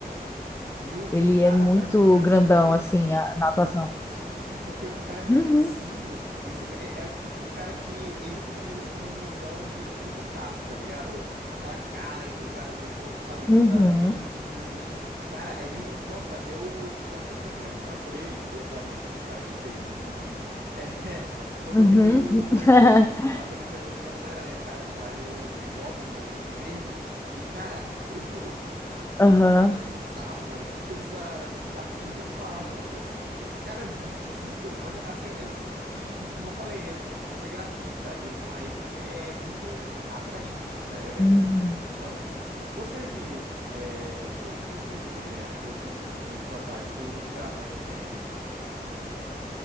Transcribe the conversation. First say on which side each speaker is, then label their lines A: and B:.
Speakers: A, on the right; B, on the left.
A: E o, e
B: Ele
A: o cara,
B: é muito
A: parece que ele nasceu
B: grandão,
A: pra isso,
B: assim,
A: mano.
B: a- na atuação.
A: Sim, sim, porque o cara é muito
B: Uhum.
A: expressivo. Esse ca- é, é o tipo de cara que ele não conseguiria esconder uma emoção mesmo que ele tentasse, tá ligado? Aquela cara enrugada dele, toda, sabe,
B: Uhum.
A: toda bem definida assim. Cara, é de um. Nossa, eu eu acho que eu comecei a me apaixonar por ele, figurativamente, né? Porque o cara é bem feiozinho, enfim. É, <laughs> quando
B: Uhum.
A: eu vi o,
B: <laughs>
A: o, a trilogia original do Homem-Aranha, cara, porque lá ele é o Green Goblin, né? O Duende Verde. E, cara, eu juro. o-
B: Aham.
A: Que negócio bizarro, mano. Que presença bizarra. que Desde que eu só falava, mano. Esse cara é muito esquisito, mas assim, é um esquisito que, como como eu falei, né? Você gravita em direção a ele porque é muito atraente isso, né? e-
B: Hum.
A: e- Essa, essa questão. Você viu, é, esse provavelmente você você viu também, acho que deve ser me- meio que sua vibe, o Nosferatu mais recente?